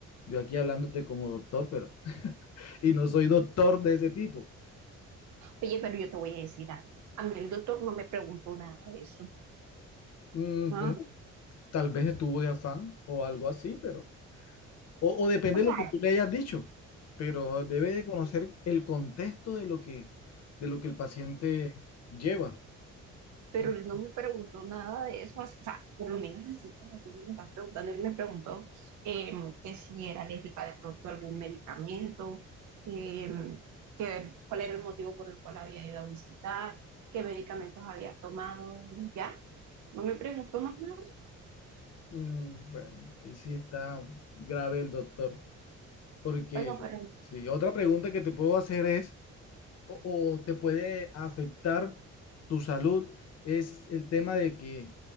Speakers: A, on the left; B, on the right.
A: Yo aquí hablándote como doctor, pero, <laughs> y no soy doctor de ese tipo.
B: Oye, pero yo te voy a decir algo. A mí el doctor no me preguntó nada de eso.
A: Mm,
B: ¿Ah?
A: bueno, tal vez estuvo de afán o algo así, pero... O, o depende
B: O sea,
A: de lo que tú le hayas dicho, pero debe de conocer el contexto de lo que, de lo que el paciente lleva,
B: pero
A: ¿no? sé.
B: él no me preguntó nada de eso, así- o sea, por lo menos así como tú me lo estás preguntando, él me preguntó em, que si era alérgica de pronto a algún medicamento, em, que cuál era el motivo por el cual había ido a visitar, qué medicamentos había tomado, y ya. No me preguntó más nada.
A: Mm, bueno, ahí sí está grave el doctor, porque
B: Bueno, pero
A: sí, otra pregunta que te puedo hacer es, o, o te puede afectar tu salud, es el tema de que